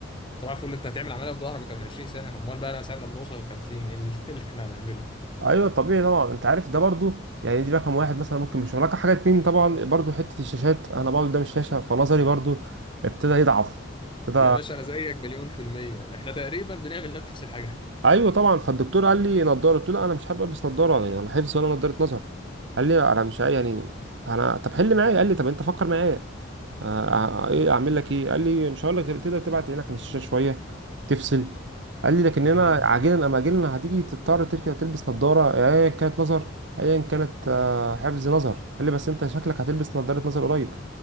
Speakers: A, on the left (about 25°); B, on the right (about 65°).
A: صباح الفل انت هتعمل عمليه في ظهرك وانت من 20 سنه امال بقى انا ساعه لما نوصل ل 50 ايه اللي <laughs> اللي احنا هنعمله
B: ايوه طبيعي طبعا انت عارف ده برضو يعني دي رقم واحد مثلا ممكن مش رقم حاجه اتنين طبعا برضو حته الشاشات انا بقعد قدام الشاشه فنظري برضو ابتدى يضعف ابتدى
A: يا باشا انا زيك مليون في الميه احنا تقريبا بنعمل نفس الحاجه
B: ايوه طبعا فالدكتور قال لي نضاره قلت له لا انا مش حابب البس نضاره يعني ولا حفظ ولا نضاره نظر قال لي
A: آه،
B: انا مش عاي- يعني انا طب حل معايا قال لي طب انت فكر معايا آه،
A: امم
B: آه، ايه اعمل لك ايه قال لي مش هقول لك غير تقدر تبعد عينك عن الشاشه شويه تفصل قال لي لكن
A: جميل
B: هنا عاجلا ام اجلا هتيجي تضطر تركب تلبس نظاره ايا كانت نظر ايا كانت آه، حفظ نظر قال لي بس انت شكلك هتلبس نظاره نظر قريب